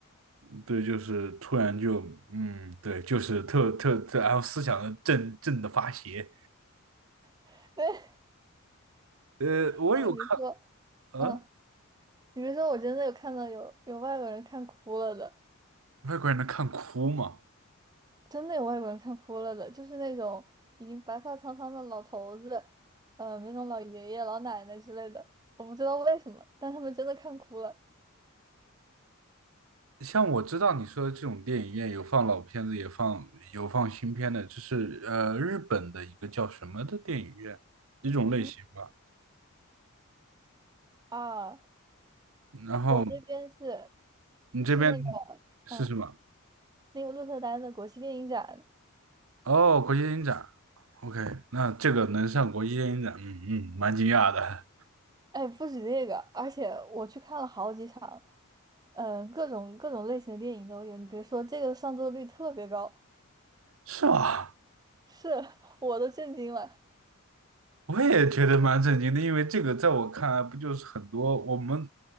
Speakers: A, on the right (about 70°); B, on the right (about 20°).
A: <laughs> 对，就是突然就嗯，对，就是特特特，然后思想的正正的发邪。
B: <laughs> 对，
A: 呃，我有看，
B: 那你别说，嗯，
A: 呃，
B: 你别说，我真的有看到有有外国人看哭了的。
A: 外国人能看哭吗？
B: 真的有外国人看哭了的，就是那种已经白发苍苍的老头子，呃，那种老爷爷、老奶奶之类的，我不知道为什么，但他们真的看哭了。
A: 像我知道你说的这种电影院有放老片子，也放有放新片的，就是呃日本的一个叫什么的电影院，一种类型吧。
B: 嗯啊，
A: 然后
B: 我这边是
A: 你这边
B: 是那个，
A: 是什么？
B: 嗯，那个鹿特丹的国际电影展，
A: 哦，国际电影展。OK，那这个能上国际电影展，嗯嗯，蛮惊讶的，
B: 哎，不止这个，而且我去看了好几场，嗯、各种各种类型的电影都有。你别说，这个上座率特别高，
A: 是吧？
B: 是 <laughs> 我都震惊了。
A: 我也觉得蛮震惊的，因为这个在我看来，不就是很多我们